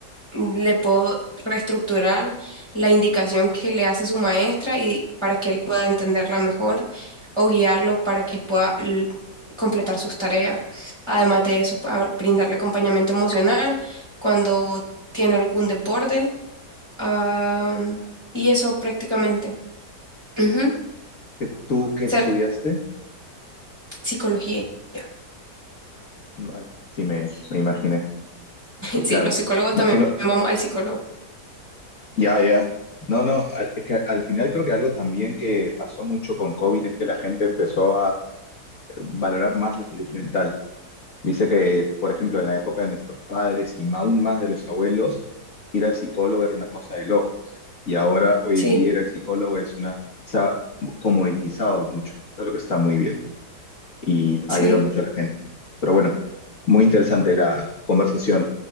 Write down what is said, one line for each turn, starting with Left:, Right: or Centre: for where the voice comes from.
Right: le puedo reestructurar la indicación que le hace su maestra y para que él pueda entenderla mejor o guiarlo para que pueda l- completar sus tareas. Además de eso, pa- brindarle acompañamiento emocional cuando tiene algún desborde Am, y eso prácticamente. Ujú. O
Left: ¿Que ¿Tú qué
Right: sea,
Left: estudiaste?
Right: psicología. <laughs>
Left: Vale, sí me, me imaginé. Y
Right: Sí,
Left: claro,
Right: los psicólogos
Left: imagino
Right: también vamos al psicólogo.
Left: Ya, ya. No, no, al- es que al final creo que algo también que pasó mucho con COVID es que la gente empezó a valorar más la salud mental. Dice que, por ejemplo, en la época de nuestros padres y aún más de los abuelos, ir al psicólogo era una cosa de locos. Y ahora, hoy
Right: Sí,
Left: en día, ir al psicólogo es una... Se ha comoditizado mucho. Eso es lo que está muy bien y ayuda
Right: sí.
Left: mucho a la gente. Pero bueno, muy interesante la conversación.